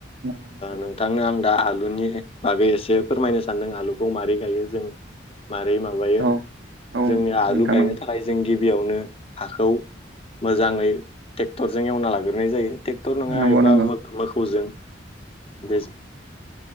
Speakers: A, on the right (about 70°); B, on the left (about 30°).
A: नंगौ नोंथां नंगौ
B: नोंथांनो आं दा आलुनि बागै एसे फोरमायनो सानदों आलुखौ माबोरै गायो जों मारै माबायो
A: औ औ
B: जोंनि आलु
A: नोंथां
B: गायनो
A: नंगौ
B: थाखाय जों गि बियावनो हाखौ मोजाङै ट्रेक्टरजों एवना लाग्रोनाय जायो ट्रेक्टर नङा
A: नंगौ
B: एबा
A: नंगौ
B: मोसौजों बे